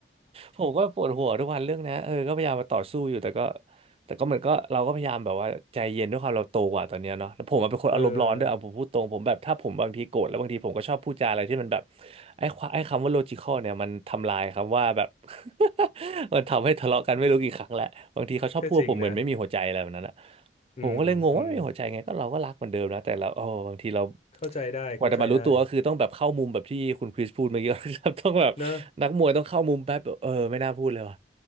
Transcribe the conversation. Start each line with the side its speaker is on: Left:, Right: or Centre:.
Right: ผมก็ปวดหัวทุกวันเรื่องนะเออก็พยายามมาต่อสู้อยู่แต่ก็แต่ก็เหมือนก็เราก็พยายามแบบว่าใจเย็นด้วยความเราโตกว่าตอนเนี้ยเนาะแล้วผมอะเป็นคนอารมณ์ร้อนด้วยเอาผมพูดตรงผมแบบถ้าผมบางทีโกรธแล้วบางทีผมก็ชอบพูดจาอะไรที่มันแบบ
Left: เออ
Right: ไอ้ความไอ้คำว่า logical เนี่ยมันทำลายคำว่าแบบ <laughs> มันทำให้ทะเลาะกันไม่รู้กี่ครั้งแหละบางทีเขาชอบพูดว่าผมเหมือนไม่มีหัวใจอะไรแบบนั้นอะ
Left: ก็จริงนะอืมอืม
Right: ผมก็เลยงงว่าไม่มีหัวใจไงก็เราก็รักเหมือนเดิมนะแต่เราโอ้บางทีเรา
Left: เข้าใจได้เข้าใจได้
Right: กว่าจะมารู้ตัวก็คือต้องแบบเข้ามุมแบบที่คุณคริสพูดเมื่อกี้ <laughs> ครับต้องแบบ
Left: เนอะ
Right: นักมวยต้องเข้ามุมแป๊บแบบเออไม่น่าพูดเลยว่ะ